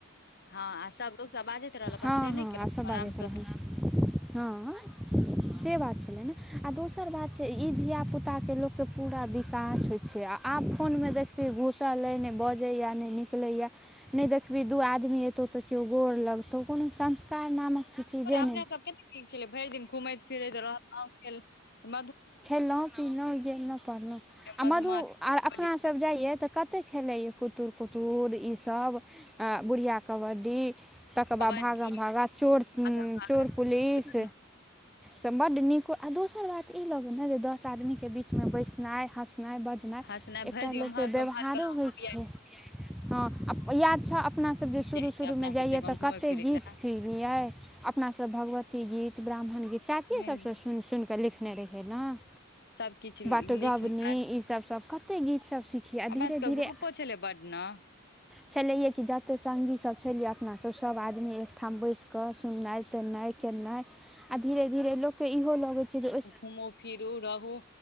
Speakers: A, on the left (about 50°); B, in the centre.
A: हँ आ सभ लोकसभ बाजैत रहल अपन
B: हँ
A: से नहि
B: हँ
A: केलौं,
B: आ सभ
A: अपन आरामसँ।
B: बाजैत रहलहुँ हँ से बात छलै ने, आ दोसर बात छै ई। इ धिया-पुता के लोग के पूरा विकास होय छै, आ आब फोन में देखबे घूसल ले ने बज। जाइया नहि निकलैय, नहि देखबही दू आदमी एतौ तऽ केओ गोर लगतौ। कोनो संस्कार नामक तऽ चीजे
A: अपने
B: नहि
A: सब अच्छे निक छलै, भरि दिन घुमैत-फिरैत रहलौं म।
B: खेलहुँ-पिलहुँ, गेलहुँ, पढ़लहुँ आ
A: मधुमाछी
B: मधु आ अपनासभ
A: कबड्डी
B: जाइए तऽ कतेक। खेलैए कुतर-कुतर इसभ, बुढ़िया कबड्डी। तकर बाद
A: कबड्डी
B: भागम-भागा, चोर,
A: आगाँ आगाँ
B: चोर-पुलिस
A: चूरन
B: सब। बड्ड नीक आ दोसर बात ई लगै ने जे दस आदमीके बीच में बैसनाइ हँस। नाइ, बजनाइ
A: हँसनाइ
B: एकटा
A: भरि दिन
B: लोकके
A: उम्हर से
B: व्यवहारो
A: उम्हर गेलहुँ
B: होइ छै, हँ याद छ। अपना सब जे शुरू-शुरूमें
A: जाइ छै अपना
B: जाइयए
A: सब जकाँ
B: तऽ
A: घुमै
B: कते
A: फिरै
B: गीत
A: लए
B: सीखियै, अपना सब भगवती। भ गीत, ब्राह्मण गीत, चाचीेये
A: मेन
B: सबसँ सुनि- सुनिकऽ लिखने रहिहे ने।
A: सब किछु
B: बटगबनी
A: लिख
B: ई सब, सब कते गीत। सब सीखिये,
A: अपना
B: धीरे-
A: सबके
B: धीरे
A: ग्रुपो छलै बड न
B: छलेये कि जत्ते संगी सब। छलिये अपना सब, सब आदमी एकठाम बैस क सुननाइ-तुनाइ। नाइ, आ धीरे-धीरे लोकके इहो लगैत छै जे ओ।
A: घुमू- फिरू रहू।